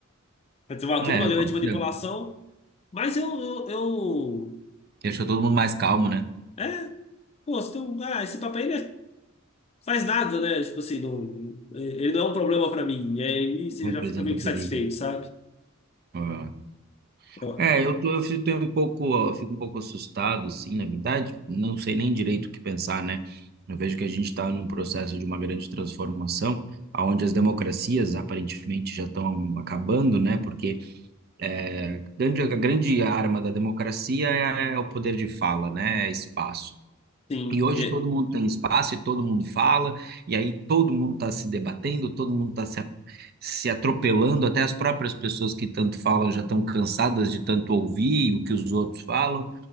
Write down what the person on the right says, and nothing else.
É,
pode
ser.
Deixa todo mundo mais calmo, né?
Representa
perigo.
Ah.
É, eu, tô, eu fico tenho um pouco, eu fico um pouco assustado, assim, na verdade, não sei nem direito o que pensar, né? Eu vejo que a gente está num processo de uma grande transformação, onde as democracias aparentemente já estão acabando, né? Porque é, grande- a grande arma da democracia é, é o poder de fala, né? É espaço.
E hoje
todo mundo tem espaço e todo mundo fala, e aí todo mundo está se debatendo, todo mundo está se, a- se atropelando, até as próprias pessoas que tanto falam já estão cansadas de tanto ouvir o que os outros falam.